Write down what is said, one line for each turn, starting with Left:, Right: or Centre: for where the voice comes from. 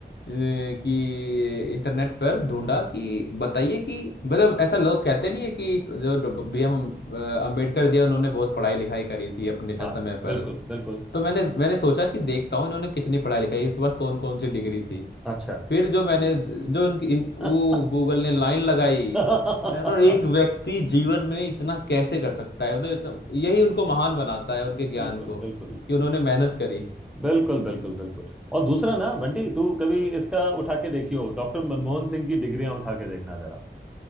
Left: कि इंटरनेट पर ढूंढा कि बताइए कि मतलब ऐसा लोग कहते नहीं है कि जो बी एम अम्बेडकर जी हैं, उन्होंने बहुत पढ़ाई लिखाई करी थी अपने ट-
Centre: हाँ
Left: समय
Centre: बिल्कुल
Left: पर
Centre: बिल्कुल
Left: तो मैंने मैंने सोचा कि देखता हूँ इन्होंने कितनी पढ़ाई लिखाई इनके पास कौन कौन सी डिग्री थी
Centre: अच्छा
Left: फिर जो मैंने जो उनकी इन वो
Centre: <laughs>
Left: गूगल ने लाइन लगाई
Centre: हाँ
Left: मैं कहा एक व्यक्ति जीवन में इतना कैसे कर सकता है मतलब इतना- यही उनको महान बनाता है उनके
Centre: बिल्कुल
Left: ज्ञान को
Centre: बिल्कुल
Left: कि उन्होंने मेहनत करी
Centre: बिल्कुल बिल्कुल बिल्कुल और दूसरा ना बंटी तू कभी इसका उठा के देखियो डॉक्टर मनमोहन सिंह की डिग्रियां उठा के देखना जरा